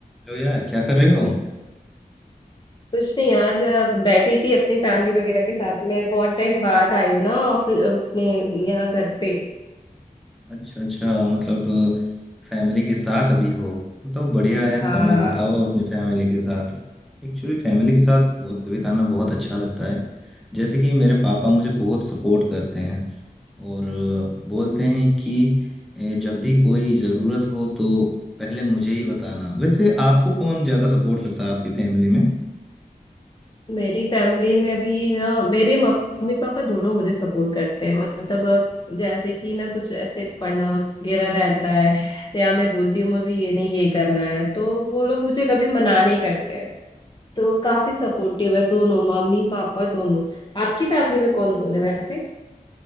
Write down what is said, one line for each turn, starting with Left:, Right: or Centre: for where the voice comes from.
Centre: हेलो यार क्या कर रहे हो
Left: कुछ नहीं यार अ, बैठी थी अपनी फैमिली वगैरह के साथ में बहुत टाइम बाद आई हूँ ना ऑफिस अपने यहाँ घर पे
Centre: अच्छा अच्छा मतलब फैमिली के साथ अभी हो तो बढ़िया है
Left: हाँ
Centre: समय बिताओ अपने फैमिली के साथ एक्चुअली फैमिली के साथ वक्त बिताना बहुत अच्छा लगता है जैसे कि मेरे पापा मुझे बहुत सपोर्ट करते हैं और बोलते हैं कि ए, जब भी कोई ज़रूरत हो तो पहले मुझे ही बताना वैसे आपको कौन ज़्यादा सपोर्ट करता है आपकी फैमिली में
Left: मेरी फैमिली में भी ना मेरे मम्मी पापा दोनों मुझे सपोर्ट करते हैं मतलब अ, जैसे कि ना कुछ ऐसे पढ़ना वगैरह रहता है या मैं बोलती हूँ मुझे ये नहीं ये करना है तो वो लोग मुझे कभी मना नहीं करते हैं तो काफी सपोर्टिव है दोनों मम्मी पापा दोनों आपकी फैमिली में कौन कौन है वैसे